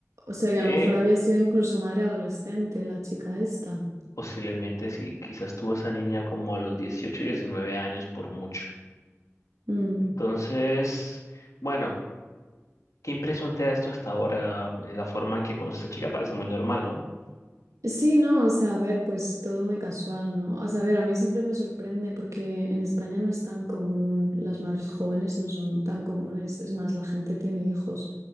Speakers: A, on the right; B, on the left.
A: O sea, que
B: Eh,
A: a lo mejor había sido incluso madre adolescente la chica esta.
B: Posiblemente sí, quizás tuvo esa niña como a los 18, 19 años por mucho.
A: Mm.
B: Entonces, bueno, ¿qué impresión te da esto hasta ahora? Eh, La forma en que conoces a esta chica parece muy normal, ¿no?
A: Sí, no, o sea, a ver, pues todo muy casual, ¿no? O sea, a ver, a mí siempre me sorprende porque en España no es tan común, las madres jóvenes no son tan comunes, es más, la gente tiene hijos